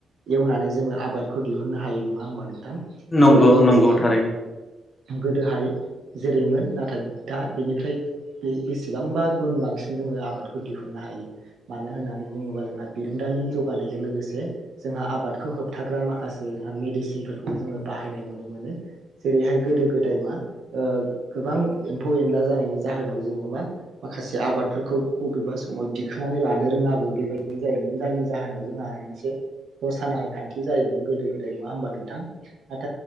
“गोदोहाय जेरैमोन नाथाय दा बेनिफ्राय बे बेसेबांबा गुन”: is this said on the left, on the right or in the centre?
Right